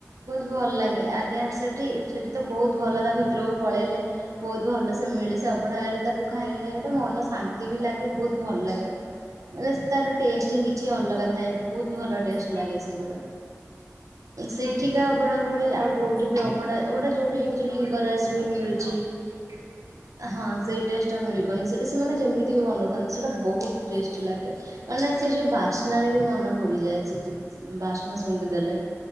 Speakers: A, on the right; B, on the left.
A: ବହୁତ ଭଲ ଲାଗେ ଆଜ୍ଞା ସେଠି ସେଠି ତ ବହୁତ ଭଲ ତା ଭିତରକୁ ପଳେଇଲେ
B: ହୁଁ
A: ବହୁତ ଭଲସେ ମିଳେ ସେ ଅଭଡ଼ାରେ ତାକୁ ଖାଇଲେ ଗୋଟେ ମନ ଶାନ୍ତି ବି ଲାଗେ ବହୁତ ଭଲ ଲାଗେ ମାନେ ତାର ଟେଷ୍ଟିଂ କିଛି ଅଲଗା ଥାଏ ବହୁତ
B: ହୁଁ
A: ଭଲ ଟେଷ୍ଟ ଲାଗେ ସେଗୁରା ସେଠି ସେ ଅଭଢା ଭଳି
B: ତମେ
A: ଆଉ
B: ଯୋଉଠି
A: କୋଉଠି ବି ଅଭଢା
B: ଖାଅ
A: ଗୋଟେ ଯୋଉଠି ଏଇଠି ଯୋଉ ଲିଂ ଙ୍ଗ ରାଜରେ ବି ମିଳୁଚି
B: ସେ
A: । ହଁ, ସେଇ ଟେଷ୍ଟଟା ମିଳିବନି ସେଠି ସେମାନେ ଯେମତି ବି ବନଉଥାନ୍ତି ସେଇଟା ବହୁତ ଟେଷ୍ଟ।
B: ଆଜ୍ଞା
A: ଲାଗେ। ମାନେ ସେ ଯୋଉ ବାସ୍ନରେ ବି ମନ ପୁରିଯାଏ, ସେଠି ବାସ୍ନା ଶୁଙ୍ଘିଦେଲେ।